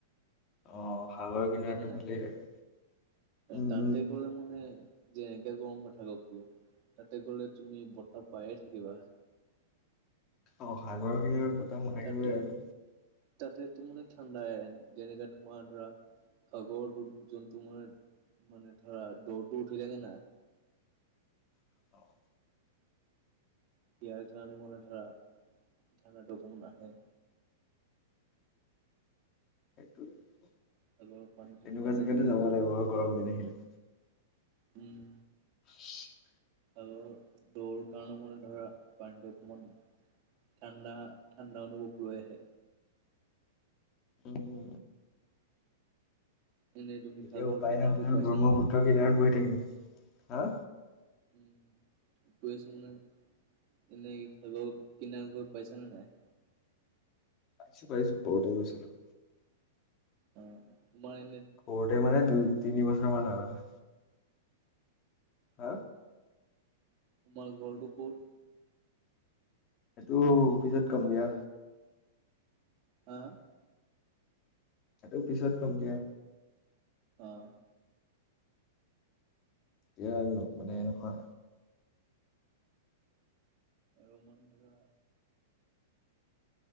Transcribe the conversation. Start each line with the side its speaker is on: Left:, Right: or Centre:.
Left: অ সাগৰ কিনাৰটো
Right: থাকে নে নাই
Left: ভালেই আৰু উম
Right: তাতে
Left: উম
Right: গৈ মানে যে এনেকে গৰম নাথাকক কিয় তাতে গলে তুমি বতাহ পায়ে থাকিবা
Left: অ সাগৰৰ কিনাৰত বতাহ মাৰিবই
Right: তাতে
Left: আৰু।
Right: তাতে তো মানে ঠাণ্ডাই যেনেকা তোমাৰ ধৰা সাগৰ যোন যোন তোমাৰ মানে ধৰা ধৌটো উঠি উঠিলেনে নাই
Left: <inaudible>
Right: ইয়াৰ কাৰণে মানে ধৰা ঠাণ্ডাতে কোনো নাহে
Left: সেইটো তেনেকুৱা
Right: সাগৰৰ পানীটো তোমাৰ
Left: জেগালে
Right: যেনেকে
Left: যাব পাৰিবা আৰু গৰম দিন আহিলে
Right: উম
Left: <unintelligible>
Right: আগৰ দৰ কাৰণে মানে ধৰা পানীটো অকমান ঠাণ্ডা ঠাণ্ডা অনুভৱ লৈ আহে
Left: উম
Right: এনেই তুমি
Left: তেতিয়া
Right: সাগৰ
Left: উপায়হিন
Right: কিনাৰ
Left: হলে
Right: গৈ
Left: আৰু
Right: পাইছানে
Left: ব্ৰহ্মপুত্ৰ
Right: নাই
Left: কিনাৰত বহি‌ থাকিম, হা।
Right: উম, কৰি আছোঁ মানে এনেই কি খাব কিনাৰ ঘৰত পাইছনে নাই।
Left: পাইছো পাইছো সৰুতে গৈছিলো।
Right: অঁ, তোমাৰ এনেই
Left: ঘৰতে মানে দুই তিনি বছৰ মানৰ আগ হা
Right: তোমাৰ ঘৰটো ক'ত?
Left: এইটো অফিচত কম দিয়া।
Right: হা হা
Left: সেইটো পিছত কম দিয়া।
Right: অঁ
Left: এতিয়া মা মানে নহয়।
Right: আৰু মই ধৰা